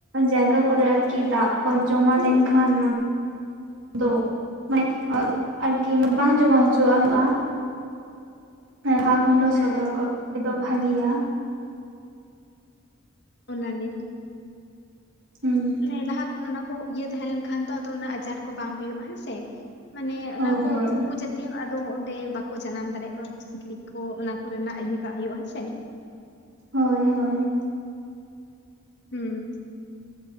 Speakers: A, on the right; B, on the left.
A: ᱡᱟᱭᱜᱟ ᱠᱚᱨᱮ ᱟᱨᱠᱤ ᱫᱟᱜ ᱠᱚ ᱡᱚᱢᱟ ᱞᱮᱱᱠᱷᱟᱱᱼᱼ ᱫᱚ᱾ ᱢᱟᱱᱮ ᱟᱨᱠᱤ ᱵᱟᱝ ᱡᱚᱢᱟ ᱦᱚᱪᱚᱣᱟᱜ ᱦᱳᱭᱳᱜᱼᱟ᱾ ᱞᱟᱦᱟ ᱠᱷᱚᱱ ᱫᱚ
B: ᱦᱮᱸ
A: ᱥᱚᱛᱚᱨᱠᱚ ᱫᱚ ᱵᱷᱟᱜᱤᱭᱟ᱾
B: ᱚᱱᱟᱜᱮ᱾
A: ᱦᱩᱸ
B: <unintelligible> ᱞᱟᱦᱟ ᱠᱷᱚᱱ ᱚᱱᱟ ᱠᱚ ᱤᱭᱟᱹ ᱛᱟᱦᱮᱸ ᱞᱮᱱᱠᱷᱟᱱ ᱫᱚ᱾ ᱟᱫᱚ ᱚᱱᱟ ᱟᱡᱟᱨ ᱠᱚ ᱵᱟᱝ ᱦᱳᱭᱳᱜᱼᱟ ᱦᱮᱸ ᱥᱮ᱾ ‌ᱢᱟᱱᱮ
A: ᱦᱳᱭ
B: ᱚᱱᱟ ᱠᱚ
A: ᱦᱳᱭ
B: ᱩᱱᱠᱩ ᱡᱟᱛᱮᱼᱼ ᱛᱮ ᱟᱫᱚ ᱚᱸᱰᱮ ᱵᱟᱠᱚ ᱡᱟᱱᱟᱢ ᱫᱟᱲᱮᱭᱟᱜ ᱢᱟ ᱩᱱᱠᱩ ᱥᱤᱠᱲᱤᱡ ᱠᱚ ᱾ ᱚᱱᱟ ᱠᱚᱨᱮᱱᱟᱜ ᱤᱭᱟᱹ ᱠᱟᱜ ᱦᱳᱭᱳᱜᱼᱟ ᱦᱮᱸ ᱥᱮ᱾
A: ᱦᱳᱭ, ᱦᱳᱭ᱾
B: ᱦᱩᱸ